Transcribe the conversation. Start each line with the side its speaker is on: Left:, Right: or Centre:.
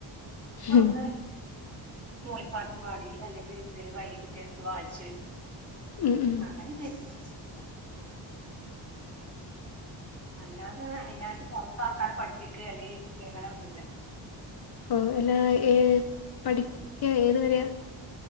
Right: അപ്പവോരെ
Left: ഉം
Right: മൂളിപ്പാട്ടും പാടി അല്ലെങ്കി എഴ്ത്ത് കയ്യ്കിട്ട്യട്ത്ത് വായ്ച്ച്
Left: ഉം ഉം
Right: അങ്ങനെ <unintelligible> അല്ലാതെ അയ്നാറ്റ് പൊർത്ത് ആൾക്കാരെ പഠിപ്പിക്കേ അല്ലെയി ഇങ്ങനൊന്നുല്യ
Left: ഓ എല്ലാ ഏ പഠിക്കെ ഏതു വരെയ?